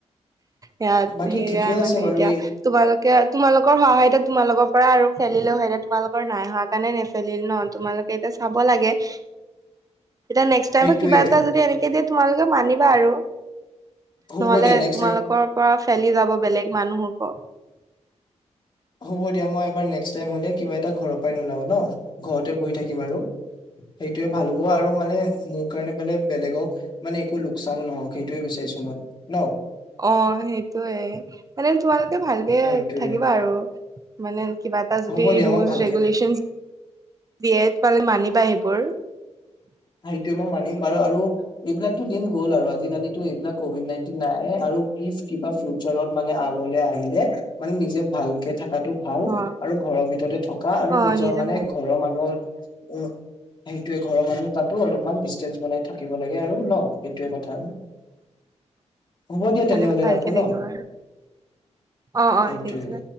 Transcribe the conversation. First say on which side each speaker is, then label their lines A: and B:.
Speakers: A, on the right (about 30°); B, on the left (about 40°).
A: ইয়াত
B: বাকী
A: সেইয়াই
B: ঠিকে আছে
A: মানে
B: বাৰু
A: এতিয়া তোমালোকে তোমালোকৰ সহায়ত তোমালোকৰ পৰা আৰু ফেলিলে হয় এ তোমালোকৰ নাই হোৱা কাৰণে নেফেলিল ন তোমালোকে এতিয়া চাব লাগে্ এতিয়া নেক্স
B: সেইটোয়ে
A: টাইম কিবা এটা যদি এনেকে দিয়ে তোমালোকে মানিবা আৰু
B: সো
A: নহলে
B: কৈ দিয়া নেক
A: তোমালোকৰ পৰা ফেলি যাব বেলেগ মানুহৰ ক
B: হ'ব দিয়া মই এবাৰ নক্স টাই হলে কিবা এটা ঘৰৰ পৰাই নোলাওঁ ন ঘৰত ঘৰতে বহি থাকিম আৰু সেই- সেইটোৱে ভাল হ'ব আৰু মানে মোৰ কাৰণে বেলেগ বেলেগক মানে একো লোকচান নহওক সেইটোয়ে বিচাৰিছো ন মই ন
A: অ সেইটোয়ে মানে তোমালোকে ভালকে
B: সেইটোয়ে
A: থাকিবা আৰু। মানে কিবা এটা যদি
B: হ'ব দিয়া
A: ৰুলচ
B: মই ভালকে
A: ৰেগুলেশচন
B: থাকিম
A: দিয়ে মানি বা সেইবোৰ
B: সেইটোয়ে মই মানিম বাৰু আৰু এইবিলাকতো দিন গ'ল আৰু আজিকালিটো এইবিলাক কভিড নাইনটিন নাই আৰু পিছ কিবা ফিউচাৰত মানে আগলে আহিলে মানে নিজে ভালকে থা- তাতো ভাল
A: অ
B: আৰু ঘৰৰ ভিতৰতে থকা আৰু
A: অ
B: নিজৰ
A: নিজে
B: মানে
A: ভাল
B: ঘৰৰ মানুহৰ অ সেইটোয়ে ঘৰৰ মানুহে তাত ত অলপমান ডিচটেন্স বনাই থাকিব লাগে আৰু ন সেইটয়ে কথা আৰু হ'ব দিয়া তেনেহ'লে
A: মানে ভালকে
B: ৰাখোঁ
A: থাকিবা
B: ন।
A: আৰু অ অ
B: সেইটোৱে
A: ঠিক আছে।